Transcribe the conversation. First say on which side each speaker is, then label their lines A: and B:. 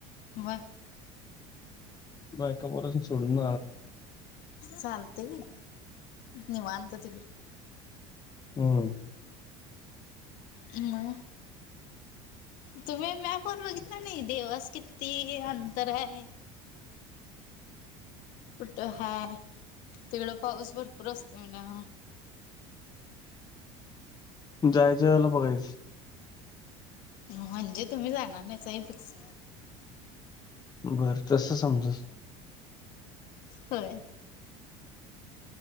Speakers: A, on the left (about 65°); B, on the left (about 25°).
A: मग
B: बकापोशून च सुडून
A: चालते निवनत त
B: हम्म
A: हम तुम्ही मपर् कितना नाही देवास क ते अंतर आहे कुठं हा तिकडं पाऊस भरपूर असते ना
B: जायचंला बघायचं
A: म्हणजे तुम्ही जाणार नाहीचही फिक्स
B: बरं तस समजा
A: होय